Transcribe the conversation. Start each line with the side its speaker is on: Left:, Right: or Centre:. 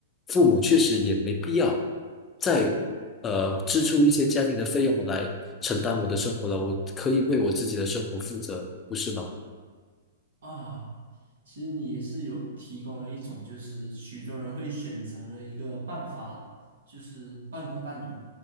Left: 父母确实也没必要再呃支出一些家庭的费用来承担我的生活了，我可以为我自己的生活负责，不是吗？
Right: 啊，其实你也是有提供了一种，就是许多人会选择的一个办法啦，就是半工半读。